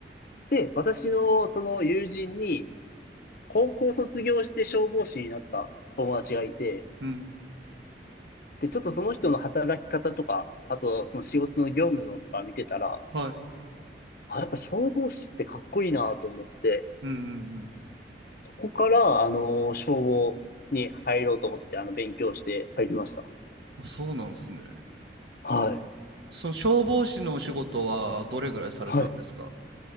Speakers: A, on the left; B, on the right.
A: で、私のその友人に、高校卒業して消防士になった友達がいて、
B: うん。
A: で、ちょっとその人の働き方とか、あとその仕事の業務のとか見てたら、
B: はい
A: あ、やっぱ消防士ってかっこいいなと思って、
B: うんうん
A: そこから、あの、消防に入ろうと思って、あの、勉強して入りました。
B: うん。あ、そうなんですね。
A: はい。
B: その消防士のお仕事はどれぐらいされたんですか
A: はい。